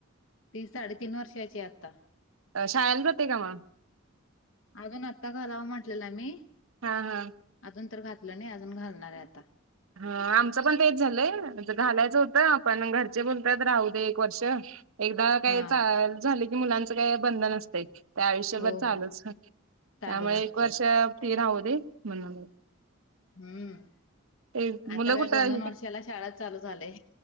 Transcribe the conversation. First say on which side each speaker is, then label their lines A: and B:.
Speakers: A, on the left (about 70°); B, on the right (about 85°).
A: ती साडेतीन वर्षाची आता.
B: अ शाळेला जाता का मग.
A: अजून आत्ता घालावं म्हटलेलमी.
B: हा हा...
A: अजून तर घातलं नाही अजून घालणार आहे आता.
B: ह आमचं पण तेच झालंय घालायचं होतं आपण घरचे म्हणतात राहू दे एक वर्ष. एकदा काय
A: हा
B: चा झालं की मुलांचं काय बंधन असते. ते आयुष्यभर
A: हो
B: चालूच
A: हो
B: त्यामुळे
A: चालूच असतंय
B: एक वर्ष ते राहू दे म्हणून.
A: हम्म
B: ते मुलं
A: आता काय
B: कुठं
A: दोन-दोन वर्षाला शाळा चालू झालेय.